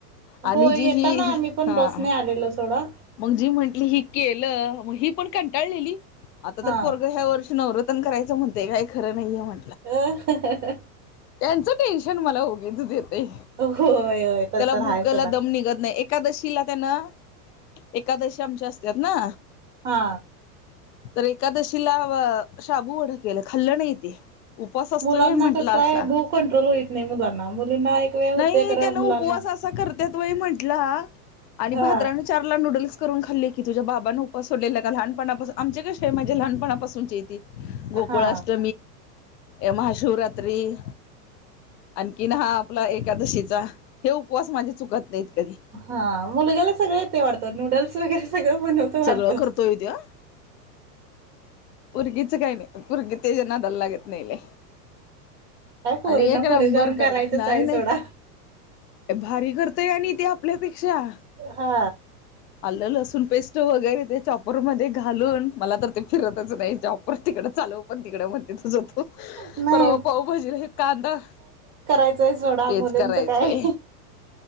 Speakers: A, on the left; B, on the right.
A: आणि
B: हो येताना
A: जी ही
B: आम्ही पण
A: हा
B: बसने आलेलो सोडा.
A: मग जी म्हंटली ही केलं मग ही पण कंटाळलेली आता
B: हा
A: तर परग ह्या वर्षी नवर करायच म्हणते काय खरं नाहीेण.
B: ह
A: त्यांचं टेन्शन मला उगीचच येतय
B: होय होय तर
A: त्याला
B: तर
A: भूकला
B: हाय सोडा
A: दम निघत नाही. एकादशीला त्यानं एकादशी आमच्या असतात ना.
B: हा.
A: तर एकादशीला शाबू वडे केलं खाल्लं नाही ते. उपास असतोय
B: मुलांना
A: व्हय म्हटलं
B: कसं आहे
A: असा.
B: भू कंट्रोल होईत नाही मुलांना. मुलींना एक वेळ होते
A: नाही
B: खरं
A: त्यान उपवास
B: मुलांना
A: असा करत्यात वई म्हंटला. आणि
B: हा
A: भाद्रान चार ला नूडल्स करून खाल्ली. की तुझ्या बाबानं उपास सोडलेला का लहानपणापासून आमचे कसे आहे म्हणजे लहानपणापासूनचेे गोकुळ
B: हा
A: असत महाशिवरात्री आणखीन हा आपला एकादशी. हे उपवास माझे चुकत नाहीत. कधी
B: हा मुलग्याला सगळे येतंय वाढत नूडल्स वगैरे. सगळं बणवतो वाढत.
A: सगळं करतोय त्यो पोरगीच काही नाही पुूरगी त्याचा नादाला लागत नाही लई.
B: काय पोरींना
A: आणि एक
B: पुढे
A: नंबर
B: जाऊन
A: करत
B: करायचंच
A: नाही
B: आहे
A: नाही.
B: सोडा
A: भारी करतय आणि ते आपल्यापेक्षा.
B: हा
A: आलं लसूण पेस्ट वगैरे ते चॉपर मध्ये घालून मला तर ते फिरतच नाही चॉप तिकड चालव पण तिकड महाणत्या तुज तु
B: नाही
A: परवा पाऊभजी कांदा.
B: यचय सोडा
A: तेच
B: मुलींचं
A: करायचंय
B: काय.